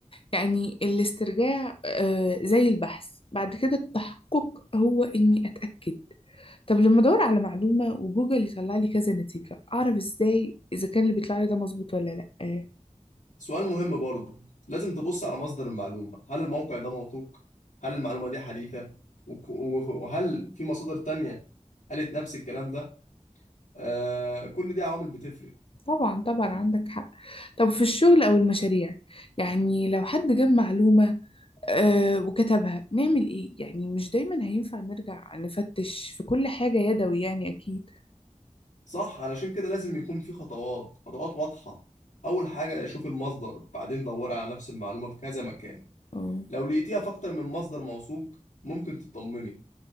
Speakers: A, on the left (about 45°); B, on the left (about 80°).
A: يعني الاسترجاع آه زي البحث بعد كده التحقق هو إني أتأكد طب لما أدور على معلومة وجوجل يطلع لي كذا نتيجة أعرف إزاي إذا كان اللي بيطلع لي ده مظبوط ولا لأ
B: سؤال مهم برضه لازم تبص على مصدر المعلومة هل الموقع ده موثوق؟ هل المعلومة دي حديثة؟ وك- وف- وهل في مصادر تانية قالت نفس الكلام ده؟ آه كل دي عوامل بتفرق
A: طبعا طبعا عندك حق طب في الشغل أو المشاريع يعني لو حد جاب معلومة آه وكتبها نعمل إيه يعني مش دايما هينفع نرجع نفتش في كل حاجة يدوي يعني أكيد
B: صح علشان كده لازم يكون في خطوات خطوات واضحة أول حاجة شوف المصدر بعدين دور على نفس المعلومة في كذا مكان
A: اه
B: لو لقيتيها في أكتر من مصدر موثوق ممكن تطمني